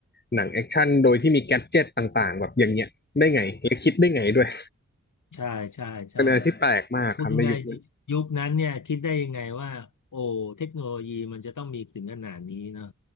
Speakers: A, on the left; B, on the left.
A: หนังแอคชั่นโดยที่มีแกดเจ็ตต่างๆแบบอย่างเงี้ยได้ไงและคิดได้ไงด้วย
B: ใช่ใช่ใช่
A: เป็นอะไรที่แปลกมากครับในยุคนั้น
B: พูดยังไงยุคนั้นเนี่ยคิดได้ยังไงว่าโอ้เทคโนโลยีมันจะต้องมีถึงขนาดนี้เนาะ